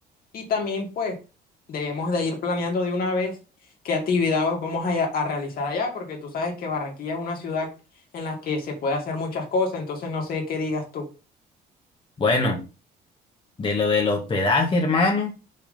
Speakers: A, on the left; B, on the left.
A: Y también, pues, debemos de ir planeando de una vez qué actividad vamos a, a realizar allá, porque tú sabes que Barranquilla es una ciudad en la que se puede hacer muchas cosas, entonces no sé qué digas tú.
B: Bueno, de lo del hospedaje, hermano,